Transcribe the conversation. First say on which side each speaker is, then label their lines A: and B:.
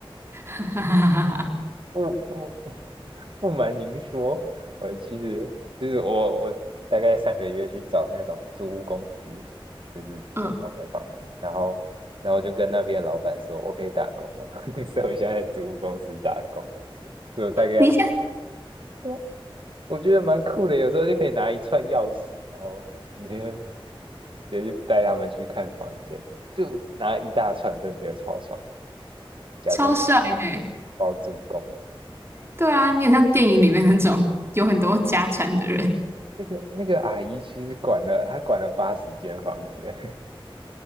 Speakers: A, on the right; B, on the right.
A: <laughs>
B: 不不不瞒您说，我其实就是我我大概上个月去找那种租屋公司，就是租他们的房子，
A: 嗯，
B: 然后然后我就跟那边的老板说，我可以打工吗？<laughs> 所以我现在在租屋公司打工，就大概
A: 你现在
B: 对啊我觉得蛮酷的，有时候就可以拿一串钥匙，然后直接直接就带他们去看房间，就拿一大串，真的觉得超爽，假装
A: 超帅的欸，
B: 包租公。
A: 对啊，你很像电影里面那种有很多家产的人。
B: 那个那个阿姨其实管了，她管了八十间房子，